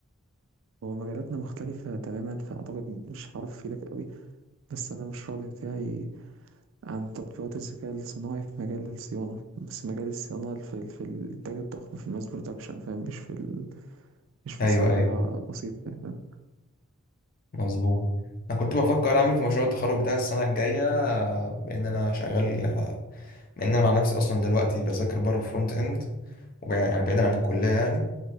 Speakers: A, on the right; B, on the left.
A: هو مجالاتنا مختلفة تماما فأعتقد مش هعرف أفيدك قوي بس أنا المشروع بتاعي عن تطبيقات الذكاء الصناعي في مجال الصيانة بس مجال الصيانة في ال- في الإنتاج الضخم في الماس برودكشن فاهم مش في ال... مش في
B: أيوه
A: صيانة
B: أيوه
A: حاجة بسيطة يعني، فاهم
B: مظبوط انا كنت بفكر اعمل في مشروع التخرج بتاع السنه الجايه آه، بان انا شغال آه، بان انا مع نفسي اصلا دلوقتي بذاكر بره فرونت اند وب- يعني بعيدا عن الكليه يعني